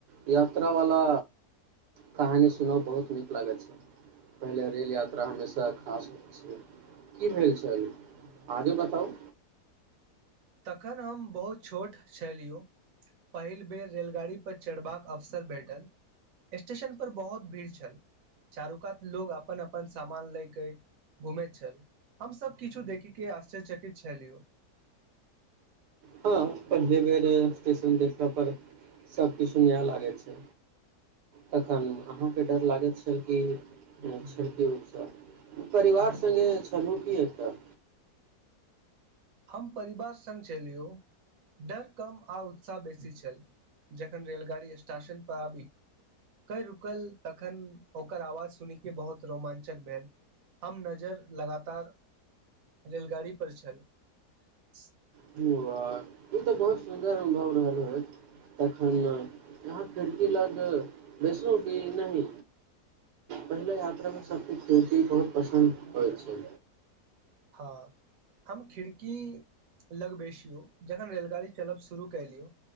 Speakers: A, on the right; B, on the right.
A: यात्रा वाला कहानी सुनब बहुत नीक लागैत छै पहिले रेल यात्रा हमेशा खास होइत छै की भेल छल आगे बताउ
B: तखन हम बहुत छोट छलियौ पहिल बेर रेलगाड़ीपर चढ़बाक अवसर भेटल स्टेशनपर बहुत भीड़ छल चारू कात लोक अपन अपन सामान लए कऽ घूमैत छल हमसब किछु देखयके आश्चर्यचकित छलियौ
A: हँ पहिले बेर स्टेशन देखला पर सभकिछु नया लागैत छै तखन अहाँके डर लागैत छल कि छल की परिवार संगे छलहुँ की एतय
B: हम परिवार संग छलियौ डर कम आ उत्साह बेसी छल जखन रेलगाड़ी स्टेशन पर आबी कऽ रुकल तखन ओकर आवाज सुनी कऽ बहुत रोमांचक भेल हम नजर लगातार रेलगाड़ी पर छल स <inaudible>
A: से बात ई तऽ बहुत सुन्दर अनुभव रहल होइत तखन अहाँ खिड़की लग बैसलहुँ कि नहि पहिल यात्रामे सभकेँ खिड़की बहुत पसन्द होइत छै
B: हँ हम खिड़की लगबैसियौ जखन रेलगाड़ी चलब शुरू कलियौ